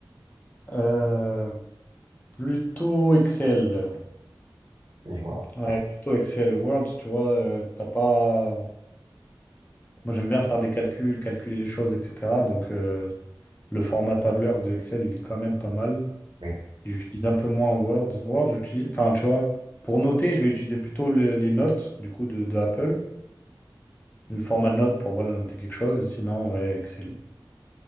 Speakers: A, on the left; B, on the right.
A: Euh, plutôt Excel.
B: Je vois,
A: Ouais, plutôt Excel. Word, tu vois, euh, t'as pas. Moi, j'aime bien faire des calculs, calculer les choses, etc. Donc, euh, le format tableur de Excel, il est quand même pas mal.
B: oui.
A: Et J'utilise un peu moins Word. Word, j'utilise. Enfin, tu vois, pour noter, je vais utiliser plutôt le- les notes, du coup, de, de Apple. Le format note pour, voilà, noter quelque chose. Et sinon, ouais, Excel.